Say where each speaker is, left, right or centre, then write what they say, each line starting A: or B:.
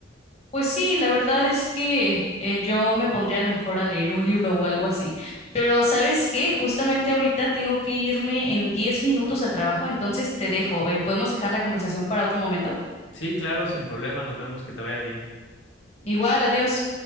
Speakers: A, on the left; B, on the left.
A: Pues sí, la verdad es que eh, yo me pondría a lo mejor a leer un libro o algo así. Pero ¿sabes qué? Justamente ahorita tengo que irme en 10 minutos al trabajo, entonces te dejo. Eh, ¿podemos dejar la conversación para otro momento?
B: Sí, claro, sin problema, nos vemos, que te vaya bien.
A: Igual, adiós.